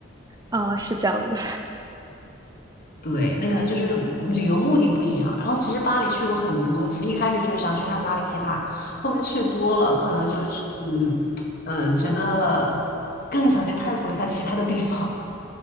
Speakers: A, on the right; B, on the left.
A: 哦，是这样的。
B: 对，那可能就是旅游目的不一样。然后其实巴黎去过很多次，一开始就是想去看巴黎铁塔，后面去多了，可能就是嗯呃，觉得更想去探索一下其他的地方。